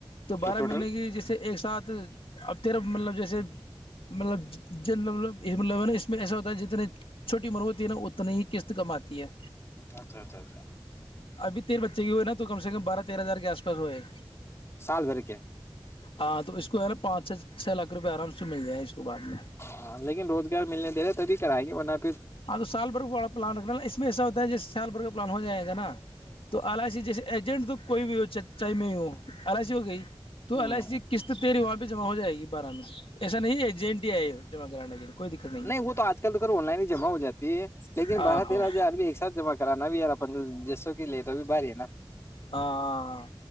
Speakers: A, on the left; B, on the left.
A: دوبارہ
B: تو ٹوٹل
A: میں نے جیسے ایک ساتھ اب تیرف مطلب جیسی مطلب مطلب نا اس میں ایسا ہوتا ہے جتنے چھوٹی عمر ہوتی ہے نا اتنی ہی قسط کم آتی ہے
B: اچھا اچھا اچھا
A: ابھی تیر بچے کی ہوئے نا تو کم سے کم بارہ تیرہ ہزار کے آس پس ہوئے
B: سال بھر کے
A: ہاں تو اس کو ہے نا پانچ چھ چھ لاکھ روپئے آرام سے مل جائیں اس کو بعد میں
B: ہاں لیکن روزگار ملنے دے رہے تبھی کرائیں گے نا
A: ہاں تو سال بھر کو بڑا پلان رکھنا نا اس میں ایساتا جس سال بھر کا پلان ہو جائے تو ایجنٹ تو کوئی بھی ہو سکتا ہے نا این ار سی ہو گئی
B: ہوں
A: ٹو الائیسی قسط تیری والا جمع ہو جائے گی بارہ میں <unintelligible> ایسا نہیں ہے جے این ٹی آئے جمع کرانے کے لیے کوئی دقت نہیں ہے
B: وہ تو آج
A: <unintelligible>
B: کل تو خر آن لائن ہی جمع ہو جات <unintelligible> ی ہے لیکن
A: ہاں
B: بارہ تیرہ
A: ہاں
B: ہزار بھی ایک ساتھ جمع کرانا بھیار اپ جس <unintelligible> لیے تو ابھی باہاری ہے نا
A: ہاں